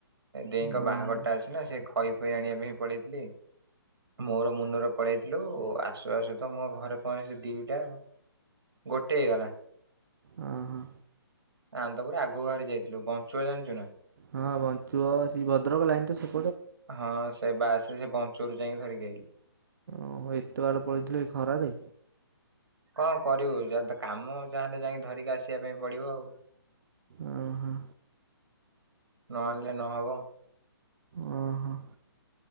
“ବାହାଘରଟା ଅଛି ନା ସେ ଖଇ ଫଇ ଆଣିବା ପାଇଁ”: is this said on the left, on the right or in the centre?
Right